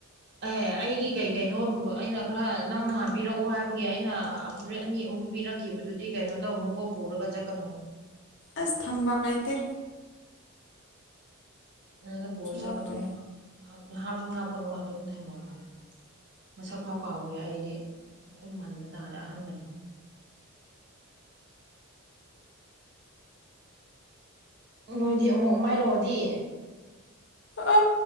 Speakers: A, on the right; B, on the left.
A: ꯑꯦ ꯑꯩꯒꯤ ꯀꯩ ꯀꯩꯅꯣ ꯑꯩꯅ ꯈꯔ ꯅꯪ ꯅꯍꯥꯟꯕꯤꯔꯛꯑꯣ ꯍꯥꯏꯕꯒꯤ ꯑꯩꯅ ꯐꯣꯔꯦꯠ ꯑꯅꯤ ꯑꯍꯨꯝ ꯄꯤꯔꯛꯈꯤꯕꯗꯨꯗꯤ ꯀꯩꯅꯣ ꯇꯧꯅꯨꯀꯣ ꯄꯔꯒ ꯆ ꯀꯅꯣ
B: ꯑꯁ ꯊꯝꯕ ꯑꯥꯏꯇ
A: ꯅꯪꯅ ꯄꯨꯔ ꯆꯠꯀꯅꯨ
B: ꯍꯥꯞꯇꯦ
A: ꯍꯥꯞꯁꯨ ꯍꯥꯞꯀꯅꯨ ꯑꯗꯨꯝ ꯊꯝꯃꯃꯣ ꯃꯁꯛ ꯐꯥꯎ ꯀꯥꯎꯈ꯭ꯔꯦ ꯑꯩꯗꯤ ꯂꯣꯏ ꯃꯟꯕ ꯇꯥꯔꯦ ꯑꯍꯥꯟꯕꯅꯤ <unintelligible> ꯅꯣꯏꯗꯤ ꯑꯃꯨꯛ ꯃꯥꯏꯂꯛꯑꯣꯗꯤ
B: ꯑ